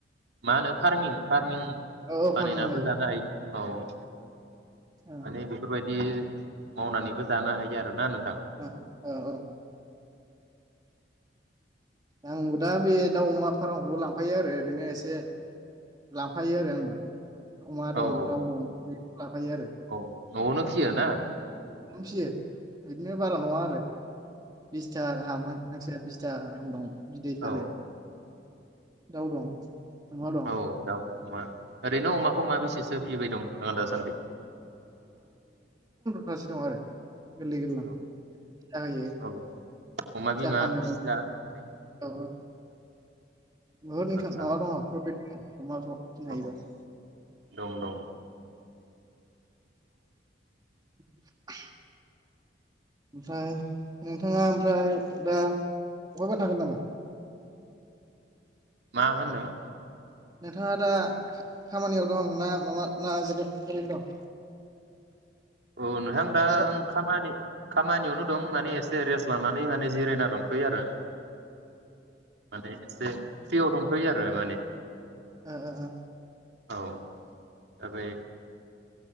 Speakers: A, on the right (about 65°); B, on the right (about 20°).
A: मा होनो फार्मिं-फार्मिं।
B: औ औ
A: बानायनाबो
B: फार्मिं औ
A: जानो हायो औ
B: औ
A: माने बेफोरबायदि। मावनानैबो जानो हायो आरोना नों
B: अ औ औ आंबो दा बे दाउ अमा फार्मखौबो लांफायो आरो ओरैनो एसे लांफायो आरो आंबो। अमा दं
A: औ औ
B: दाउ दं बेखौ लाफायो आरो
A: औ न'आवनो फियो ना
B: फियो बिदिनो बारा नङा आरो बिस्था गाहाम हां हांसोआ बिस्था गाहाम दं। बिदै फानो।
A: औ
B: दाउ दं। अमा दं
A: औ दाउ अमा ओरैनो अमाखौ मा बेसेस सो फिबाय दं नोंथाङा दा सान्दि?
B: खासे दं आरो गोरलै गोरलाम
A: औ
B: फिसा होयो
A: औ अमा
B: फिसा
A: बिमा
B: फानो
A: फिसा
B: औ
A: ओरै
B: औ। ओहो नोंथां
A: आदसा
B: माबा दङ' प्रटिन। अमथ' फिनो हायो
A: औ औ
B: र। <inaudible>
A: दं दं
B: <inaudible> ओमफ्राय नोंथाङा ओमफ्राय दा अबहायबा थागोन नामा?
A: मा होनदों?
B: नोंथाङा दा खा-खामानियाव दं ना माबा ना जिरा ओरैनो दं?
A: औ नोंथां दा
B: बाजार
A: आं खामानि खामानियावनो दं माने एसे रेस्ट लानानै माने जिरायना दंथयो आरो। माने एसे फ्रियाव दंथयो आं। फोरो माने
B: ओ ओ ओ।
A: औ दा बे